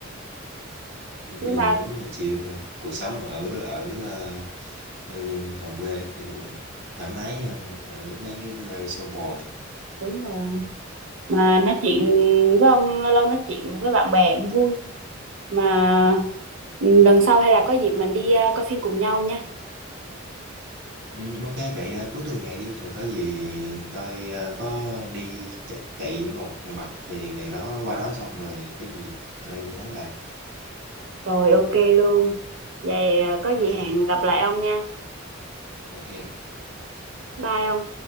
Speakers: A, on the right; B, on the right.
A: xem
B: Nhưng
A: phim
B: mà
A: đúng là chịu ờ, cuộc sống ở ở ờ, nơi đồng quê thì đúng thoải mái hơn ở mấy cái nơi xô bồ
B: đúng rồi. Mà nói chuyện với ông lâu lâu nói chuyện với bạn bè cũng vui. Mà ừ, lần sau hay là có dịp mình đi à, coi phim cùng nhau nha.
A: Ừ, ok vậy à, cuối tuần này đi rồi có gì tôi à, có đi chạy, chạy một mạch thì về đó qua đó xong rồi có gì tôi nhắn bạn
B: Rồi ok luôn. Vậy à, có gì
A: ok
B: hẹn gặp lại ông nha.
A: ok
B: Bye ông.